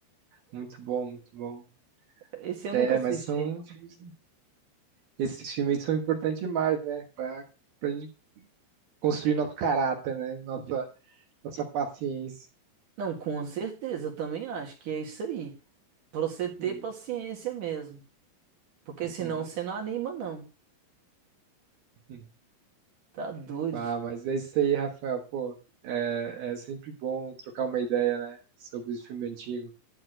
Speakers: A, on the right; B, on the right.
A: muito bom, muito bom.
B: Esse eu
A: É,
B: nunca assisti,
A: mas são
B: não.
A: filmes- esses filmes aí são importantes demais, né? Pra, pra gente construir nosso caráter, né? Nossa, nossa paciência.
B: Não, com certeza, eu também acho que é isso aí. Pra você ter
A: Hum,
B: paciência mesmo. Porque
A: hum,
B: senão você não anima, não.
A: hum.
B: Tá doido.
A: Ah,
B: filho.
A: mas é isso aí, Rafael. Pô, é, é sempre bom trocar uma ideia, né, sobre os filmes antigos.